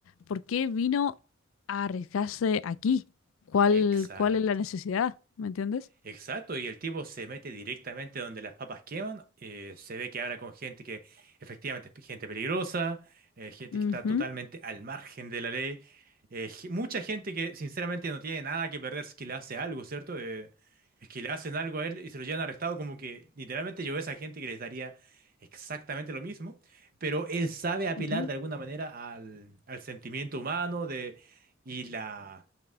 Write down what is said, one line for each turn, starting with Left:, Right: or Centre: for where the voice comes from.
Left: ¿por qué vino a arriesgarse aquí? ¿Cuál,
Right: Exacto.
Left: cuál es la necesidad? ¿Me entiendes?
Right: Exacto, y el tipo se mete directamente donde las papas queman, eh, se ve que habla con gente que efectivamente es gente peligrosa, eh, gente
Left: Ujú,
Right: que está totalmente al margen de la ley, eh, ge- mucha gente que sinceramente no tiene nada que perder si que le hace algo, ¿cierto? Eh, es que le hacen algo a él y se lo llevan arrestado como que literalmente yo veo a esa gente que les daría exactamente lo mismo, pero él sabe apelar
Left: ujú.
Right: de alguna manera al, al sentimiento humano de, y la